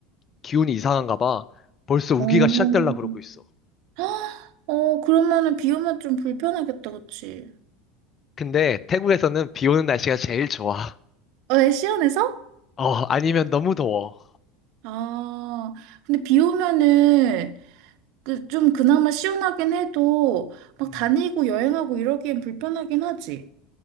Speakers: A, on the left; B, on the right.
A: 기온이 이상한가 봐. 벌써 우기가
B: 어.
A: 시작되려고 그러고 있어.
B: 헉, 어, 그러면은 비 오면 좀 불편하겠다, 그치?
A: 근데 태국에서는 비 오는 날씨가 제일 좋아.
B: 어, 애 시원해서?
A: 어, 아니면 너무 더워.
B: 아, 근데 비 오면은 그 좀 그나마 시원하긴 해도 막
A: 음.
B: 다니고 여행하고 이러기엔 불편하긴 하지.